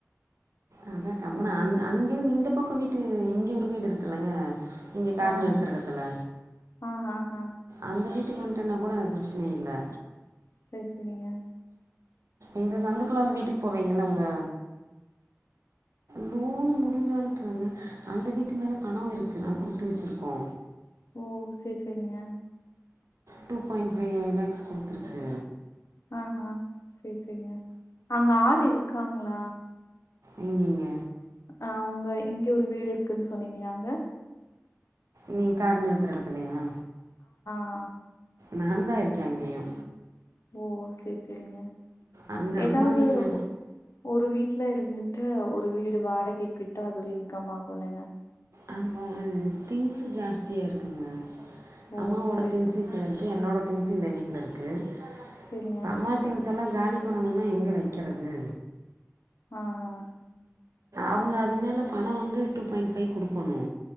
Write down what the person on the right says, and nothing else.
அதான் கம்முனு அண்ண அங்க இருந்து இந்த பக்க வீட்டு வீட்டு இங்க ஒரு வீடு இருக்குலங்க இங்க கார்
நிறுத்துற இடத்துல
அந்த வீட்டு வெட்டி கொண்டேனா கூட எனக்கு பிரச்சனை இல்லை
இந்த சந்துக்குள்ள வந்து வீட்டுக்கு போவீங்கள உங்க லோன் முடிஞ்சோனதான அந்த வீட்டு மேல பணோ இருக்கு நா குடுத்து வச்சிருக்கோ
டூ பாயிண்ட் ஃபை லேக்ஸ் குடுத்துருக்கு
எங்கிங்க
நீ கார் நிறுத்துற எடத்துலையா
நா தான் இருக்கே அங்கியு
அங்கே
அம்மா வீட்டில்
அந்வ திங்க்ஸ் ஜாஸ்தியா இருக்குங்க
அம்மாவோட
திங்ஸ்
இப்ப இருக்கு என்னோட திங்ஸு இந்த வீட்ல இருக்கு
இப்ப அம்மா திங்க்ஸ் எல்லா காலி பண்ணனு ன்னுனா எங்க வைக்கிறது
அவுங்க அது மேல பணோ வந்து டூ பாயிண்ட் ஃபைவ் குடுக்கணு